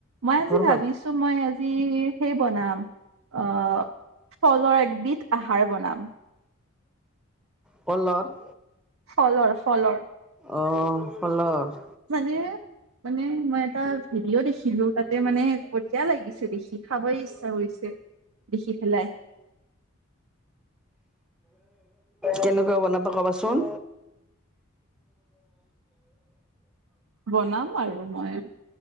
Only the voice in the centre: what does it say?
ঘৰ
পাল
ফলৰ?
অঁ ফলৰ
কেনেকুৱা বনাব ক ছোন